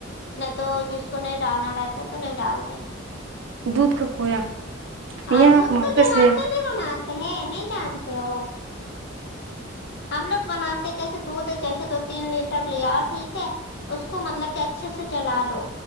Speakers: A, on the left (about 60°); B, on the right (about 65°).
A: نہیں تو جس کو نہیں ڈالنا رہتا تو نہیں ڈالتے
B: دودھ کا کھویا
A: ہاں
B: یہاں
A: دود
B: مارکیٹ
A: کا جو
B: سے
A: ل آ کےنے بناار ہے نہیں جانتے ہو ہم لوگ بناتے جیسے دودھ جیسے دو تین لیٹر لے آؤ ٹھیک ہے اس کو مطلب کہ اچھے سے جلا لو